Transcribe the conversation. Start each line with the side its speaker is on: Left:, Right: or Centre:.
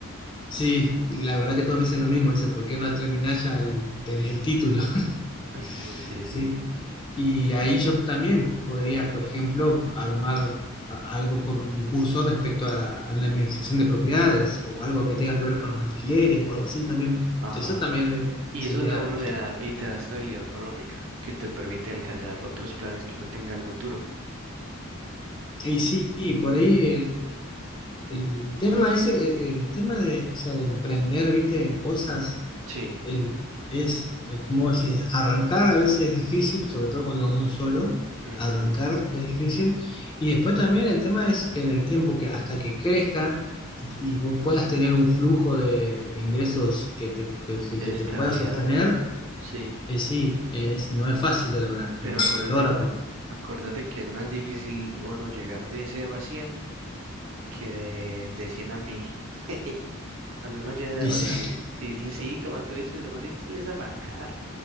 Left: Sí, la verdad que todos me dicen lo mismo. Dice, ¿por qué no la terminás ya y tenés el título? <laughs>
Right: <laughs> Ujú, Sí,
Left: Sí.
Right: sí,
Left: Y ahí yo también podría, por ejemplo, armar a- algo con un curso respecto a, a la administración de propiedades o algo que tenga que ver con los alquileres o algo así también.
Right: ajá.
Left: Eso también le-
Right: Y
Left: sería...
Right: eso lo uno le da y te da estabilidad económica que te permite alcanzar otros planes que uno tenga al futuro.
Left: Y sí, y por ahí El tema ese, eh, el tema de, o sea, de emprender, viste, cosas,
Right: Sí,
Left: el- es, eh, como decís, arrancar a veces es difícil, sobre todo cuando es uno solo,
Right: ujú,
Left: arrancar es difícil. Y después también el tema es que en el tiempo que hasta que crezca y, y vos puedas tener un flujo de, de ingresos que te, que,
Right: Estabilidad,
Left: que te pueda sostener,
Right: sí.
Left: eh, sí, es, no es fácil de lograr,
Right: Pero
Left: no, no
Right: acuérdate,
Left: lo logra
Right: a-
Left: porque...
Right: acuérdate que es más difícil uno llegar de cero a 100 que de, de 100 a 1000. <laughs> Cuando uno ya,
Left: <laughs>
Right: o sea, sí, sí, como tú dices, lo más difícil es arrancar.